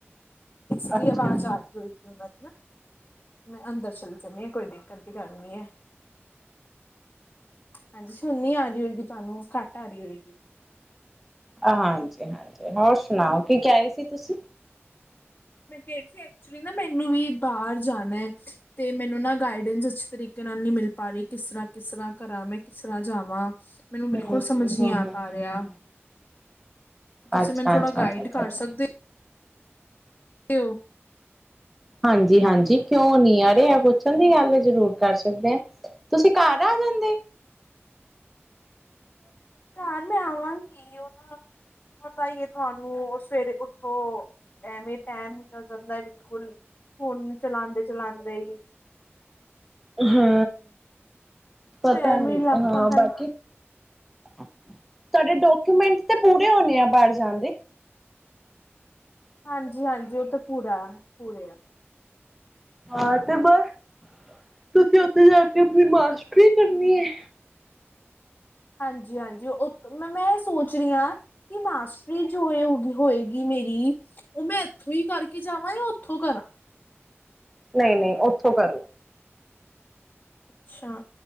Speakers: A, on the left; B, in the centre.
A: ਇਸ
B: ਅੱਛਾ
A: ਲਈ ਆਵਾਜ਼ ਆ ਰਹੀ ਹੋਈ ਸੀ ਉਹਨਾਂ ਦੀ ਨਾ ਮੈਂ ਅੰਦਰ ਚੱਲ ਜਾਂਦੀ ਹਾਂ ਕੋਈ ਦਿੱਕਤ ਦੀ ਗੱਲ ਨਹੀਂ ਹੈ ਹਾਂਜੀ ਹੁਣ ਨੀ ਆ ਰਹੀ ਹੋਏਗੀ ਤੁਹਾਨੂੰ ਘੱਟ ਆ ਰਹੀ ਹੋਏਗੀ
B: ਹਾਂਜੀ ਹਾਂਜੀ ਹੋਰ ਸੁਣਾਓ ਕੀ ਕਹਿ ਰਹੀ ਸੀ ਤੁਸੀਂ
A: ਮੈਂ ਕਹਿ ਰਹੀ ਸੀ ਐਕਚੁਲੀ ਨਾ ਮੈਨੂੰ ਵੀ ਬਾਹਰ ਜਾਣਾ ਹੈ ਤੇ ਮੈਨੂੰ ਨਾ ਗਾਈਡੈਂਸ ਅਛੇ ਤਰੀਕੇ ਨਾਲ ਨਹੀਂ ਮਿਲ ਪਾ ਰਹੀ ਕਿਸ ਤਰ੍ਹਾਂ ਕਿਸ ਤਰ੍ਹਾਂ ਕਰਾਂ ਮੈਂ ਕਿਸ ਤਰ੍ਹਾਂ ਜਾਵਾਂ ਮੈਨੂੰ ਬਿਲਕੁਲ
B: ਹੂੰ
A: ਸਮਝ ਨਹੀਂ
B: ਹੂੰ
A: ਆ
B: ਹੂੰ
A: ਪਾ ਰਿਹਾ ਤੁਸੀਂ
B: ਅੱਛਾ
A: ਮੈਨੂੰ ਥੋੜਾ
B: ਅੱਛਾ
A: ਗਾਈਡ
B: ਅੱਛਾ ਅੱਛਾ
A: ਕਰ
B: ਅੱਛਾ
A: ਸਕਦੇ ਹੋ ਉ
B: ਹਾਂਜੀ ਹਾਂਜੀ ਕਿਉਂ ਨੀ ਅਰੇ ਇਹ ਪੁੱਛਣ ਦੀ ਗੱਲ ਆ ਜ਼ਰੂਰ ਕਰ ਸਕਦੇ ਹਾਂ ਤੁਸੀ ਘਰ ਆ ਜਾਦੇ
A: <inaudible> ਘਰ ਮ ਆਵਾਂਗੀ ਉਹਨਾ ਪਤਾ ਹੀ ਹੈ ਤੁਹਾਨੂੰ ਉਹ ਸਵੇਰੇ ਉਠੋ ਐਵੇ ਟਾਈਮ ਨਿਕਲ ਜਾਦਾ ਬਿਲਕੁਲ ਫੋਨ ਚਲਾਦੇ ਚਲਾਉਂਦੇ ਹੀ
B: ਹਾ ਪਤਾ
A: ਟਾਈਮ
B: ਨਹੀਂ
A: ਹੀ ਲੱਗ
B: ਹਾਂ
A: ਪੈਂਦਾ
B: ਬਾਕੀ ਤੁਹਾਡੇ ਡਾਕੂਮੈਂਟ ਤੇ ਪੂਰੇ ਹੋਣੇ ਆ ਬਾਹਰ ਜਾਣ ਦੇ
A: ਹਾਂਜੀ ਹਾਂਜੀ ਉਹ ਤਾਂ ਪੂਰਾ ਪੂਰੇ ਆ।
B: ਹਾਂ ਤੇ ਬਸ ਤੁਸੀ ਉਥੇ ਜਾ ਕੇ ਆਪਣੀ ਮਾਸਟਰੀ ਕਰਨੀ ਹੈ।
A: ਹਾਂਜੀ ਹਾਂਜੀ ਉ ਮੈ ਮੈ ਸੋਚ ਰਹੀ ਹਾਂ। ਕਿ ਮਾਸਟਰੀ ਜੋ ਹੋ ਹੋ ਹੋਏਗੀ ਮੇਰੀ ਉਹ ਮੈ ਇਥੋਂ ਹੀ ਕਰਕੇ ਜਾਵਾਂ ਜਾਂ ਉਥੋ ਕਰਾਂ
B: ਨਹੀ ਨਹੀ ਉਥੋਂ ਕਰੋ
A: ਅਛਾ